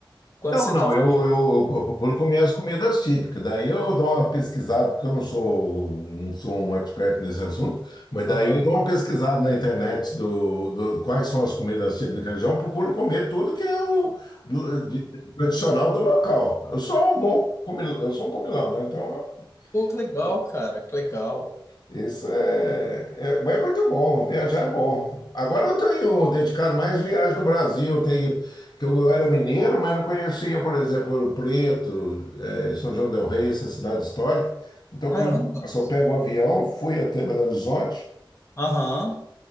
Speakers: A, on the left (about 35°); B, on the left (about 55°).
A: Quando
B: Não,
A: você
B: não,
A: tá. vi-
B: eu, eu, eu procuro comer as comidas típicas. Daí eu dou uma pesquisada, porque eu não sou, não sou um expert nesse assunto, mas daí
A: Aham.
B: eu dou uma pesquisada na internet do, do- quais são as comidas típicas da região, procuro comer tudo que é o do- de- tradicional do local. Eu sou um bom
A: Pô,
B: comilão, eu sou um comilão, né? Então,
A: pô, que legal,
B: eu-
A: cara, que legal.
B: isso é, é- Mas é muito bom, viajar é bom. Agora eu tenho dedicado mais viagem no Brasil. Tenho, que eu, eu era mineiro, mas não conhecia, por exemplo, Ouro Preto, eh, São João del Rei, essa cidade histórica. Então
A: Caramba.
B: que eu só pego o avião, fui até Belo Horizonte,
A: Aham.